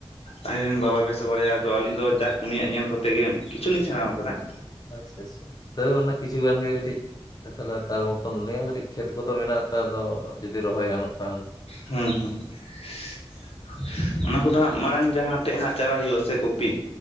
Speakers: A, on the left (about 80°); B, on the left (about 40°).
A: ᱟᱭᱤᱱ ᱨᱮᱱ ᱵᱟᱵᱟ ᱵᱮᱥ ᱼᱼ ᱥᱚ ᱵᱟᱲᱟᱭᱟ ᱟᱫᱚ ᱟᱹᱞᱤᱧ ᱫᱚ
B: ᱦᱮᱸ
A: ᱡᱟᱠ ᱩᱱᱤᱭᱟᱜ ᱧᱮᱞ ᱠᱚᱛᱮ ᱜᱮ ᱠᱤᱪᱷᱩ ᱞᱤᱧ ᱥᱮᱬᱟᱣ ᱠᱟᱫᱟ ᱾
B: ᱟᱪᱪᱷᱟ ᱟᱪᱪᱷᱟ ᱛᱚᱣ ᱚᱱᱟ ᱠᱤᱪᱷᱩ ᱜᱟᱱ ᱜᱮ ᱠᱟᱹᱴᱤᱡ ᱛᱟᱞᱮ ᱛᱟᱨ ᱢᱚᱛᱚᱱ ᱞᱟᱹᱭᱟ ᱠᱟᱹᱴᱤᱡ ᱾ ᱠᱷᱮᱛ ᱠᱚᱫᱚ ᱢᱮᱱᱟᱜ ᱟᱛᱚ ᱟᱫᱚ ᱡᱩᱫᱤ ᱨᱚᱦᱚᱭ ᱜᱟᱱᱚᱜ ᱠᱷᱟᱱ ᱾
A: ᱦᱩᱸ ᱦᱩᱸ <inaudible> ᱚᱱᱟ ᱠᱚᱫᱚ ᱦᱟᱸᱜ ᱢᱟᱲᱟᱝ ᱡᱟᱦᱟᱸ ᱴᱷᱮᱜ ᱦᱟᱸᱜ ᱪᱟᱨᱟ ᱦᱩᱭᱩᱜᱼᱟ ᱥᱮ ᱠᱩ ᱼᱼ ᱯᱤ